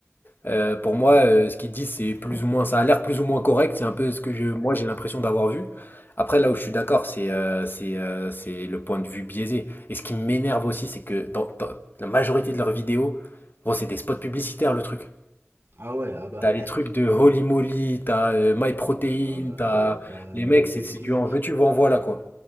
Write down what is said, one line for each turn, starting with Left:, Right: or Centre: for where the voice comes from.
Left: Euh, pour moi, euh, ce qu'ils disent, c'est plus ou moins, ça a l'air plus ou moins correct. C'est un peu ce que je, moi, j'ai l'impression d'avoir vu. Après, là où je suis d'accord, c'est euh, c'est euh, c'est le point de vue biaisé. Et ce qui m'énerve aussi, c'est que dans, dans la majorité de leurs vidéos, gros, c'est des spots publicitaires, le truc.
Right: Ah ouais, ah bah.
Left: T'as les
Right: <laughs>
Left: trucs de Holy Moly, t'as euh, MyProtein,
Right: ouais,
Left: t'as
Right: T'as
Left: les mecs,
Right: Betclic.
Left: c'est c'est du en veux-tu, en voilà quoi.